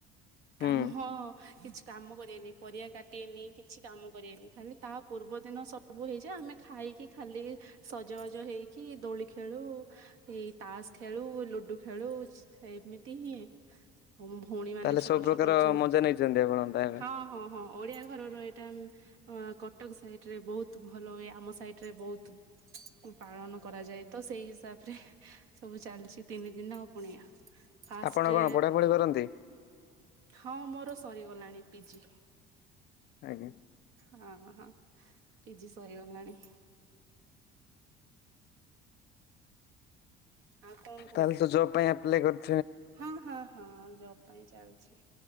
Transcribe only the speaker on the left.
ହୁଁ।
ତାହେଲେ
ସବୁ ପ୍ରକାର
ମଜା ନେଇଛନ୍ତି ଆପଣ ତାହେଲେ
ଆପଣ କଣ ପଢାପଢି କରନ୍ତି?
ଆଜ୍ଞା
ତାହେଲେ ତ ଜବ୍ ପାଇଁ ଆପ୍ଲ କରି